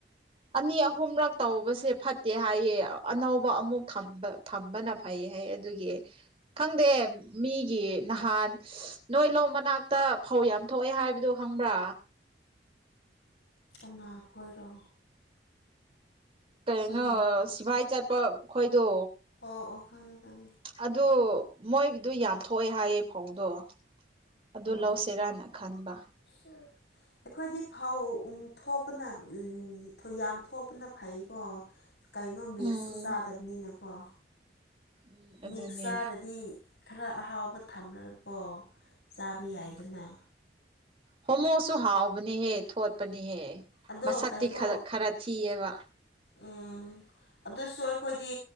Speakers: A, on the right; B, on the left.
A: ꯑꯅꯤ ꯑꯍꯨꯝꯔꯛ ꯇꯧꯕꯁꯦ ꯐꯠꯇꯦ ꯍꯥꯏꯌꯦ ꯑꯅꯧꯕ ꯑꯃꯨꯛ ꯊꯝꯕ ꯊꯝꯕꯅ ꯐꯩ ꯍꯥꯏ ꯑꯗꯨꯒꯤ ꯈꯪꯗꯦ ꯃꯤꯒꯤ ꯅꯍꯥꯟ ꯅꯣꯏ ꯂꯧ ꯃꯅꯥꯛꯇ ꯐꯧ ꯌꯥꯝ ꯊꯣꯛꯑꯦ ꯍꯥꯏꯕꯗꯨꯣ ꯈꯪꯕ꯭ꯔꯥ
B: ꯀꯅꯥ ꯈꯣꯏꯔꯣ ꯑꯩꯈꯣꯏꯒꯤ
A: ꯀꯩꯅꯣ
B: ꯃꯟ
A: ꯁꯤꯐꯥꯏ ꯆꯠꯄ ꯈꯣꯏꯗꯣ
B: ꯑꯣ ꯈꯪꯉꯦ ꯈꯪꯉꯦ
A: ꯑꯗꯨ ꯃꯣꯏꯒꯤꯗꯨ ꯌꯥꯝ ꯊꯣꯛꯑꯦ ꯍꯥꯏꯌꯦ ꯐꯧꯗꯣ ꯑꯗꯨ
B: ꯑꯣ
A: ꯂꯧꯁꯤꯔꯥꯅ ꯈꯟꯕ
B: <unintelligible> ꯑꯩꯈꯣꯏꯗꯤ ꯐꯧ ꯎꯝ ꯊꯣꯛꯄꯅ ꯎꯝ ꯌꯥꯝ ꯊꯣꯛꯄꯅ ꯐꯩꯀꯣ ꯀꯩꯅꯣ ꯃꯤꯛꯁꯁꯨ
A: ꯎꯝ
B: ꯆꯥꯗꯕꯅꯤꯅꯀꯣ
A: ꯎꯝ ꯑꯗꯨꯅꯦ
B: ꯃꯤꯛꯁ ꯆꯥꯔꯗꯤ ꯈꯔ ꯑꯍꯥꯎꯕ ꯊꯝꯂꯒꯀꯣ ꯆꯥꯕ ꯌꯥꯏꯗꯅ
A: ꯎꯝ ꯍꯣꯃꯣꯁꯨ ꯍꯥꯎꯕꯅꯦꯍꯦ ꯊꯣꯠꯄꯅꯦꯍꯦ
B: ꯑꯗꯣ
A: ꯃꯁꯛꯇꯤ
B: ꯀꯩꯅꯣ
A: ꯈꯔ ꯈꯔ ꯊꯤꯌꯦꯕ
B: ꯎꯝ ꯑꯗꯨꯁꯨ ꯑꯩꯈꯣꯏꯗꯤ